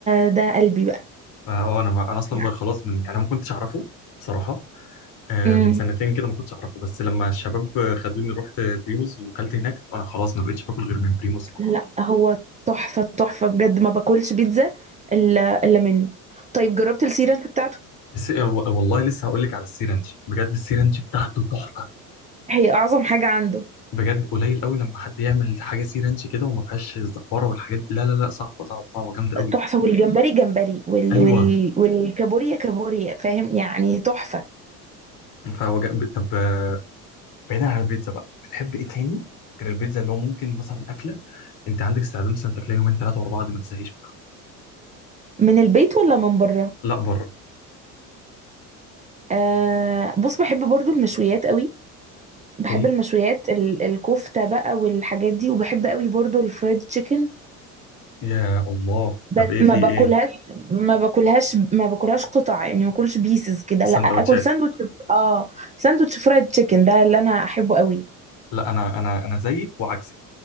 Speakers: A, on the right (about 15°); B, on the left (about 50°).
A: ده قلبي بقى
B: اه آه، انا ما انا اصلا
A: يعني
B: بقى خلاص من يعني انا ما كنتش اعرفه بصراحه آه،
A: امم
B: من سنتين كده ما كنتش اعرفه بس لما الشباب خدوني رحت بريموز وكلت هناك آه، خلاص ما بقتش باكل غير من بريموز فقط
A: لا هو تحفه تحفه بجد ما باكلش بيتزا الا الا منه طيب جربت السيرانش بتاعته
B: الس... آه، والله لسه هقول لك على السي رانش بجد السي رانش بتاعته تحفه
A: هي اعظم حاجه عنده
B: بجد قليل قوي لما حد يعمل حاجه سي رانش كده وما فيهاش الزفاره والحاجات دي. لا لا لا صعبه صعبه صعبه جامده قوي
A: تحفه والجمبري جمبري وال
B: ايوه
A: وال والكابوريا كابوريا فاهم يعني تحفه
B: فوج... طب آه، بعيدا عن البيتزا بقى بتحب ايه تاني غير البيتزا اللي هو ممكن مثلا اكله انت عندك استعداد مثلا تاكلها يومين ثلاثه ورا بعض ما تزهقش منها
A: من البيت ولا من بره
B: لا بره
A: آه بص بحب برضو المشويات قوي
B: اوكي
A: بحب المشويات ال- الكفتة بقى والحاجات دي وبحب قوي برضو الفرايد تشيكن
B: يا الله
A: بس
B: طب ايه
A: ما
B: في ايه
A: باكلهاش ما باكلهاش ما باكلهاش قطع يعني ما باكلش بيسز كده لا
B: سندوتشات
A: اكل ساندوتش اه ساندوتش فرايد تشيكن ده اللي انا احبه قوي
B: لا انا انا انا زيك وعكسك